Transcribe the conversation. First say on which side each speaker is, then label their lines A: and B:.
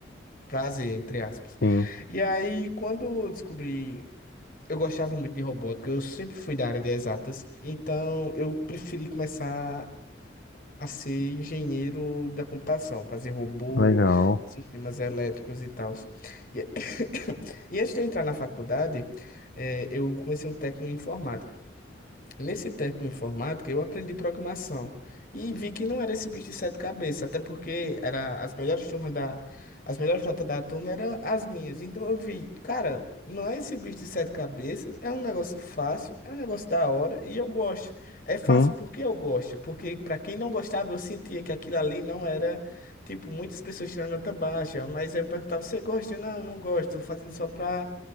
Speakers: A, on the left (about 45°); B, on the left (about 65°).
A: prazer, entre aspas.
B: sim,
A: E aí, quando eu descobri, eu gostava muito de robótica, eu sempre fui da área de exatas, então eu preferi começar a ser engenheiro da computação, fazer robô,
B: legal.
A: sistemas elétricos e tal. E, <coughs> e antes de eu entrar na faculdade, eh, eu comecei um técnico em informática. Nesse técnico em informática, eu aprendi programação e vi que não era esse bicho de sete cabeças, até porque era as melhores turmas da, as melhores notas da turma eram as minhas. Então eu vi, cara, não é esse bicho de sete cabeças, é um negócio fácil, é um negócio da hora e eu gosto. É fácil
B: Sim,
A: porque eu gosto, porque para quem não gostava, eu sentia que aquilo ali não era, tipo, muitas pessoas tirando nota baixa, mas aí eu perguntava, você gosta? Não, não gosto, tô fazendo só pra,